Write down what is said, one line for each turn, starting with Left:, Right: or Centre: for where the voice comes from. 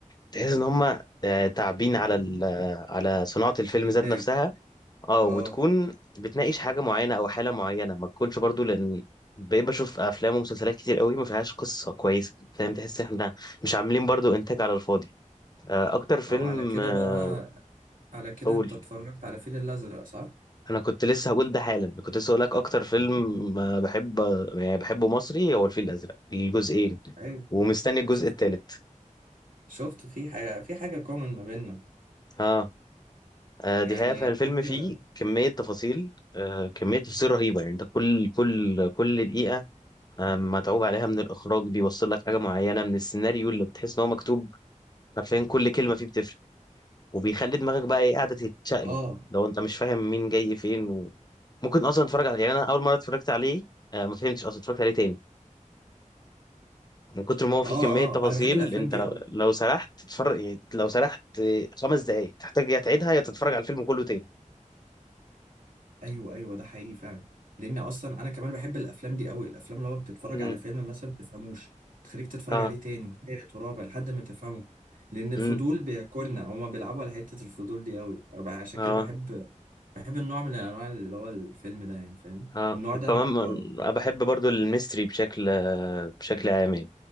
Left: تحس ان هم تعبين على ال- على صناعه الفيلم
Right: الإنتاج
Left: ذات نفسها اه وتكون
Right: أه
Left: بتناقش حاجة معينة أو حالة معينة ما تكونش برضو لأن بقيت بشوف أفلام ومسلسلات كتير قوي ما فيهاش قصة كويسة فاهم تحس إحنا مش عاملين برضو إنتاج على الفاضي آه، أكتر فيلم
Right: طب على كده
Left: آه،
Right: بقى على كده
Left: أقول
Right: أنت اتفرجت على الفيل الأزرق صح؟
Left: أنا كنت لسه هقول ده حالا كنت لسه هقولك أكتر فيلم آه، بحب يعني بحبه مصري هو الفيل الأزرق الجزئين
Right: أيوه
Left: ومستني الجزء
Right: شفت
Left: الثالث
Right: شفت في حاجة في حاجة كومن ما بيننا
Left: اه آه،
Right: يعني
Left: دي حقيقة فالفيلم
Right: حتى
Left: فيه كمية تفاصيل آه، كمية تفاصيل رهيبة يعني انت كل كل كل دقيقة آه، متعوب عليها من الاخراج بيوصل لك حاجه معينه من السيناريو اللي بتحس ان هو مكتوب حرفيا كل كلمه فيه بتفرق وبيخلي دماغك بقى ايه قاعده تتشقلب
Right: أه
Left: لو انت مش فاهم مين جاي فين وممكن اصلا تتفرج عليه يعني انا اول مره اتفرجت عليه آه، ما فهمتش اصلا اتفرجت عليه تاني من كتر ما هو فيه
Right: أه
Left: كميه تفاصيل
Right: أه أنا بحب الأفلام
Left: انت
Right: دي
Left: لو,
Right: أوي
Left: لو سرحت تتفرج يعني لو سرحت آه، خمس دقائق تحتاج يا تعيدها يا تتفرج على الفيلم كله تاني
Right: ايوه ايوه ده حقيقي فعلا لان اصلا انا كمان بحب الافلام دي قوي الافلام اللي هو بتتفرج
Left: امم
Right: على فيلم مثلا ما بتفهموش تخليك تتفرج
Left: اه
Right: عليه تاني وتالت ورابع لحد ما تفهمه لان الفضول
Left: امم
Right: بياكلنا هما بيلعبوا على حته الفضول دي قوي انا بح- عشان
Left: اه
Right: كده بحب بحب النوع من الانواع اللي هو الفيلم ده يعني فاهم
Left: اه
Right: النوع
Left: وكمان
Right: ده انا بحبه
Left: من-
Right: قوي
Left: انا بحب برضو الميستري بشكل بشكل عام يعني